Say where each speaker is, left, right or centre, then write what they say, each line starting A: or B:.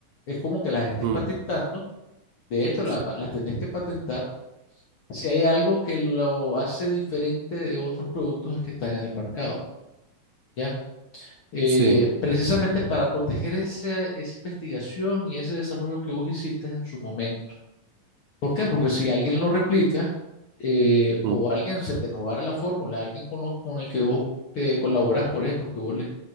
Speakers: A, on the left; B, on the right.
A: es como que las estés
B: mm,
A: patentando. De hecho,
B: sí,
A: la- las tenés que patentar si hay algo que lo hace diferente de otros productos que están en el mercado, ¿ya? Eh,
B: sí,
A: precisamente para proteger esa, esa investigación y ese desarrollo que vos hiciste en su momento. ¿Por qué? Porque si alguien lo replica eh, o
B: mm,
A: alguien se te robara la fórmula, alguien con, lo- con el que vos te colaborás, por ejemplo, que vos, le,